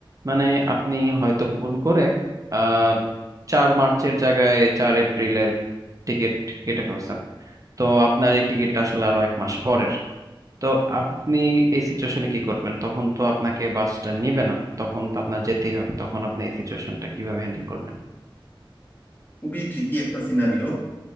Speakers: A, on the right; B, on the left.
A: মানে আপনি হয়তো ভুল করে আহ চার মার্চের জায়গায় চার এপ্রিলের টিকিট কেটে ফেলছেন তো আপনার এই টিকিটটা আসলে আরো এক মাস পরের তো আপনি এই সিচুয়েশনে কি করবেন তখন তো আপনাকে বাসটা নিবে না তখন তো আপনার যেতেই হবে তখন আপনি এই সিচুয়েশনটা কিভাবে হ্যান্ডেল করবেন
B: খুবই ট্রিকি একটা সিনারিও